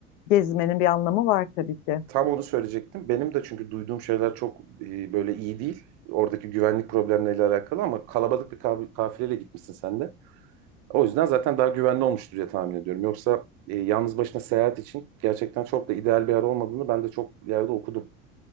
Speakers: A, on the left; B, on the right.
A: gezmenin bir anlamı var tabii ki.
B: Tam onu söyleyecektim. Benim de çünkü duyduğum şeyler çok e, böyle iyi değil. Oradaki güvenlik problemleriyle alakalı ama kalabalık bir ka- kafileyle gitmişsin sen de. O yüzden zaten daha güvenli olmuştur diye tahmin ediyorum. Yoksa e, yalnız başına seyahat için gerçekten çok da ideal bir yer olmadığını ben de çok yerde okudum.